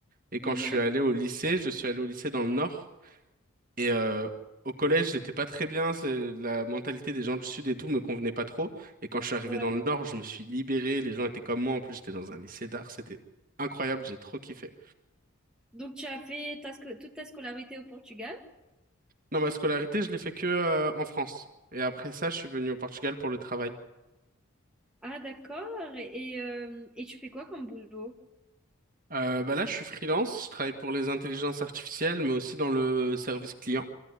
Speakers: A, on the right; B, in the centre.
A: Et quand
B: mhm.
A: je suis allé au lycée, je suis allé au lycée dans le Nord. Et euh, au collège, j'étais pas très bien. c'est- La mentalité des gens du Sud et tout me convenait pas trop. Et quand je suis arrivé
B: ouais.
A: dans le Nord, je me suis libéré. Les gens étaient comme moi. En plus, j'étais dans un lycée d'art. C'était incroyable. J'ai trop kiffé.
B: Donc, tu as fait ta sco- toute ta scolarité au Portugal?
A: Non, ma scolarité, je l'ai fait que euh, en France. Et après ça, je suis venu au Portugal pour le travail.
B: Ah, d'accord. Et, euh, et tu fais quoi comme boulot?
A: Euh, bah là, je suis freelance. Je travaille pour les intelligences artificielles, mais aussi dans le service client,